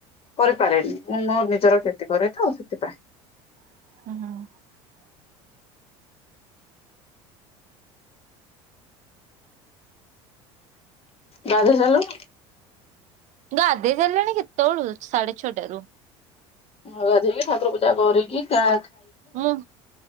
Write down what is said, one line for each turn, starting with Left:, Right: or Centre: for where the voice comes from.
Left: କରିପାରେନି, ମୁଁ ମୋ ନିଜର କ୍ଷତି କରେ ତ ସେଥିପାଇଁ।
Right: <unintelligible>
Left: ଦାଦା ଚାଲୁ
Right: ଗାଧେଇ ସାରିଲିଣି କେତେବେଳୁ ସାଢେ ଛଅଟାରୁ।
Left: ହଧି ଠାକୁର ପୂଜା କରରେ କି ଚା
Right: ହଁ